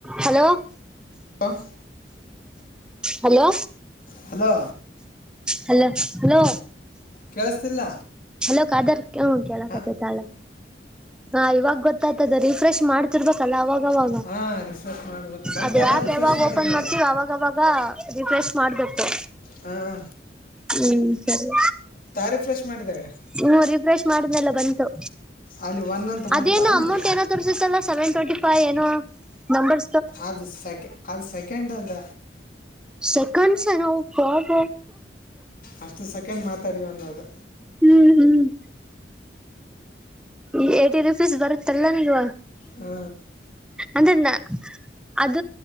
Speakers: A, in the centre; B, on the left.
A: ಹಲೋ
B: ಆಫ್
A: ಹಲೋ
B: ಹಲೋ
A: ಹಲೋ ಹಲೋ
B: ಕೇಳಿಸ್ತಿಲ್ಲ
A: ಅಲ ಕಾದರ್ ಹ ಕೇಳತಲ
B: ಹ
A: ಹ ಇವಾಗ ಗೊತ್ತ ದ ರಿಫ್ರೆಶ ಮಾಡುತ್ತಿರಬೇಕು ಅಲ್ಲ ಅವಾಗವಾಗ
B: ಹ ರಿಫ್ರೆಶ್ ಮಾಡ್ಬೇಕು ಬಂತಲ್ಲ
A: ಅದು ಹ್ಯಾಪ್
B: ರಿಫ್ರೆಶ್
A: ಯಾವಾಗ
B: ಮಾಡಿದ್ಮೇಲೆ
A: ಓಪನ್ ಮಾಡ್ತೀವಿ ಅವಾಗವಾಗ ರಿಫ್ರೆಶ್ ಮಾಡ್ಬೇಕು
B: ಹಾಂ
A: ಹ್ಮ್ ಸರಿ
B: ರಿಫ್ರೆಶ್ ಮಾಡಿದಾಗ
A: ಹ್ಮ ರಿಫ್ರೆಶ್ ಮಾಡಿದ್ನೆೆಲ್ಲ ಬಂತು.
B: ಅಲ್ಲಿ ಒನ್ ಅಂತ ಬಂತ
A: ಅದೇನು
B: ಅಲ್ಲ.
A: <inaudible> ಸೆವೆನ್ ಟ್ವೆಂಟಿ ಫೈ ಏನು ನಂಬರ್.
B: ಅದು ಸೆಕೆ ಅದು ಸೆಕೆಂಡ ಅಂದ.
A: ಸೆಕಂಡನವು ಬಬ.
B: ಅಷ್ಟು ಸೆಕೆಂಡ್ ಮಾತಾಡಿ ಅನ್ನೋದು.
A: ಹ್ಮ್ ಹ್ಮ್ ಈ ಏಟಿರುಪೀಸ್ ಬರುತ್ತಲ್ಲ ನೀವ.
B: ಹ್ಮ.
A: ಅದನ್ನ. ಅದ